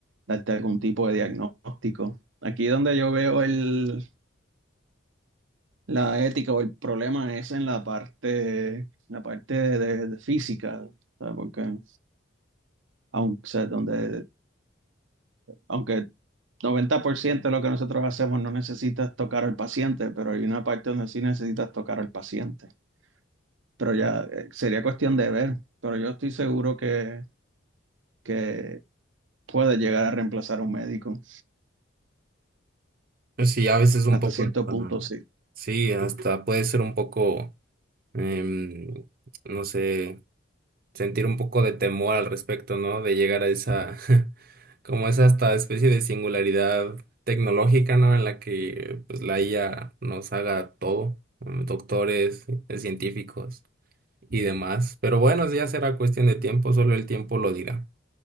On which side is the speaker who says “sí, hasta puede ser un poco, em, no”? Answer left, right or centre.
Right